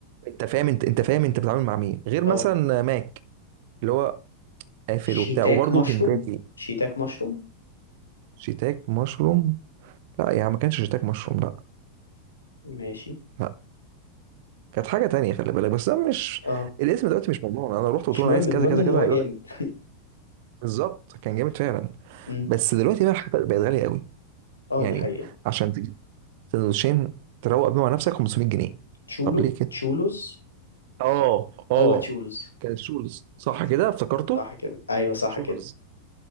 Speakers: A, on the right; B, on the left.
A: انت فاهم انت انت فاهم انت
B: مم.
A: بتتعامل مع مين غير مثلا
B: اه
A: ماك اللي هو قافل
B: شيتاك
A: وبتاع وبرده
B: مشروم
A: كنتاكي
B: شيتاك مشروم
A: شيتاك مشروم لا يعني ما كانش شتاك مشروم لا
B: ماشي
A: لا كانت حاجه تانية خلي بالك بس ده مش
B: اه
A: الاسم دلوقتي مش موضوع انا رحت قلت
B: مش
A: له
B: مهم
A: انا عايز
B: المهم
A: كذا كذا
B: ان
A: كذا
B: هو
A: هيقول
B: جامد
A: لك بالظبط كان جامد فعلا
B: <laughs> مم.
A: بس دلوقتي بقى الحاجات بقت غاليه قوي
B: اه
A: يعني
B: دي حقيقة
A: عشان تجيب سندوتشين تروق بيهم على نفسك 500 جنيه
B: تشولو
A: طب ليه كده
B: تشولوز
A: اه اه
B: هو تشولوز
A: كان شولز صح كده افتكرته
B: صح كده ايوه صح
A: شولز
B: كده